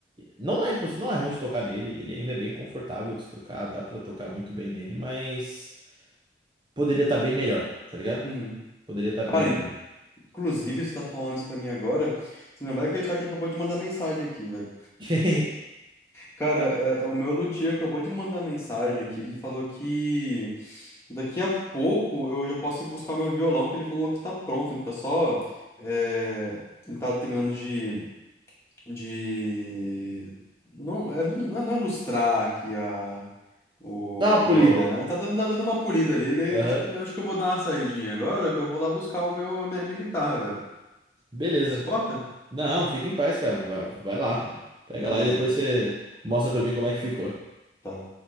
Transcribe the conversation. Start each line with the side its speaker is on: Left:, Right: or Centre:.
Right: não é imposs... não é ruim de tocar nele, ele ainda é bem confortável de tocar, dá pra tocar muito bem nele, mas poderia estar bem melhor, tá ligado?
Left: Uhum.
Right: Poderia estar
Left: Cara,
Right: bem melhor.
Left: inclusive, você tá falando isso pra mim agora, você não vai acreditar quem acabou de mandar mensagem aqui, velho.
Right: <laughs>
Left: Cara, é, é o meu luthier acabou de mandar mensagem aqui, ele falou que daqui a pouco eu já posso ir buscar meu violão, que ele falou que tá pronto, ele tá só... é, Ele tá terminando de de não é, não é não é lustrar aqui a o
Right: Dá uma polida.
Left: violão, né? Tá dando, tá dando uma polida ali. E
Right: Aham.
Left: Acho que acho que eu vou dar uma saidinha agora, que eu vou lá buscar o meu a minha, minha guitarra, velho.
Right: Beleza.
Left: Você se importa?
Right: Não, fica em paz, cara. Vai, vai lá.
Left: Ah,
Right: Pega
Left: beleza.
Right: lá e depois você mostra pra mim como é que ficou.
Left: Tá.